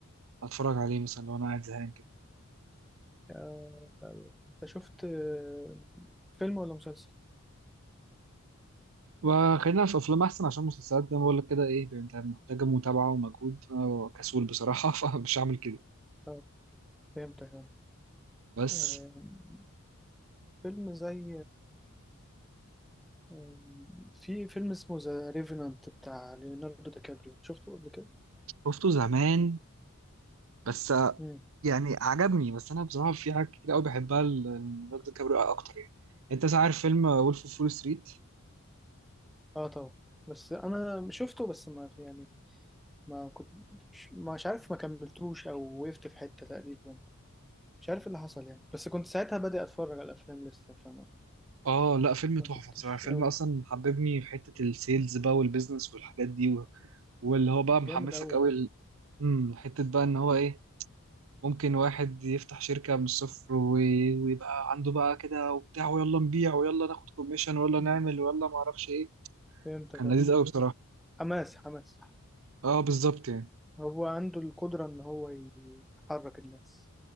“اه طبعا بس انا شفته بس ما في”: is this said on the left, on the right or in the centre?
Centre